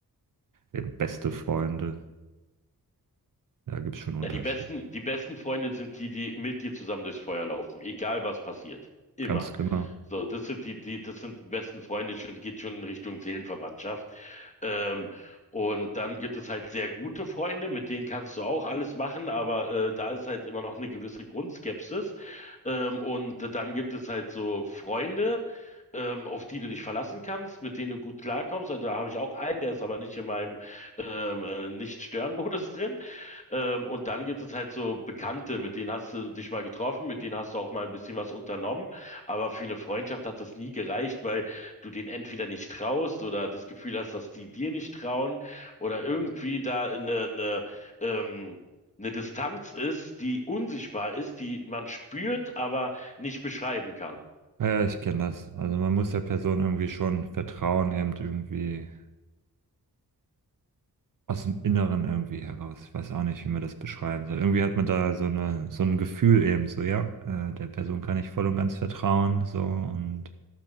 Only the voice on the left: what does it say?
Ja,
die besten, die besten Freunde sind die, die mit dir zusammen durchs Feuer laufen, egal was passiert. Immer.
So, das sind die, die, das sind die besten Freunde, schon, geht schon in Richtung Seelenverwandtschaft. Ähm, und dann gibt es halt sehr gute Freunde, mit denen kannst du auch alles machen, aber äh, da ist halt immer noch eine gewisse Grundskepsis. Ähm, und dann gibt es halt so Freunde, ähm, auf die du dich verlassen kannst, mit denen du gut klarkommst. Also da habe ich auch einen, der ist aber nicht in meinem ähm, äh, Nicht-Stören-Modus drin. Ähm, und dann gibt es halt so Bekannte, mit denen hast du dich mal getroffen, mit denen hast du auch mal ein bisschen was unternommen. Aber für eine Freundschaft hat das nie gereicht, weil du denen entweder nicht traust oder das Gefühl hast, dass die dir nicht trauen oder irgendwie da eine, eine, ähm, eine Distanz ist, die unsichtbar ist, die man spürt, aber nicht beschreiben kann.